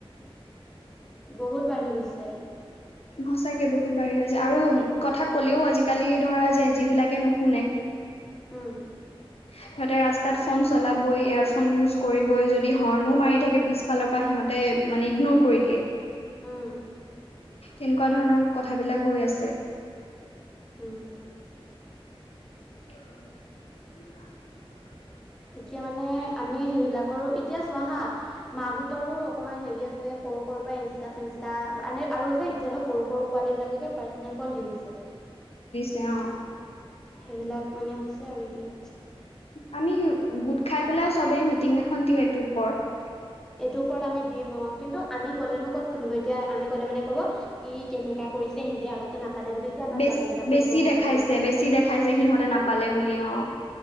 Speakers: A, in the centre; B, on the left (about 85°).
A: বহুত বাঢ়ি গৈছে।
B: সঁচাকে বহুত বাঢ়ি গৈছে আৰু কথা ক'লেও আজিকালি ধৰা জেন যিবিলাকে নুশুনে।
A: উম।
B: সিহঁতে ৰাস্তাত ফোন চলাবই, ইয়াৰফোন ইউজ কৰিবই, যদি হৰ্ণো মাৰি থাকে পিছফালৰ পৰা সিহঁতে মানে ইগনোৰ কৰি দিয়ে।
A: উম,
B: তেনেকুৱা ধৰণৰ কথাবিলাক হৈ আছে।
A: উম।
B: <inaudible>
A: এতিয়া মানে, আমি সেইবিলাকৰো, এতিয়া চোৱা হা, মাকহঁতৰো অকণমান হেৰি আছে। সৰু, সৰুৰ পৰা ইনষ্টা-চিনষ্টা, এনে, আৰু যে এতিয়ালৈ সৰু- সৰু পোৱালীবিলাককে পাৰ্চনেল ফোন দি দিছে।
B: তেওঁ
A: সেইবিলাক মানে, হৈছে আৰু এতিয়া
B: আমি গোট খাই পেলাই, চবেই মিটিং এখন দিওঁ, এইটোৰ ওপৰত।
A: এইটোৰ ওপৰত আমি দিম। অ', কিন্তু আমি ক'লেনো ক'ত শুনিব? এতিয়া আমি ক'লে মানে ক'বই কেনেকা কৰিছে। সিহঁতে আগতে নাপালে বুলি এতিয়া আমাৰ
B: বে
A: পোৱালীকেইটাকো
B: বেছি
A: দিব হ'লে
B: দেখাইছে বেছি দেখাইছে সিহঁতে নাপালে বুলি অ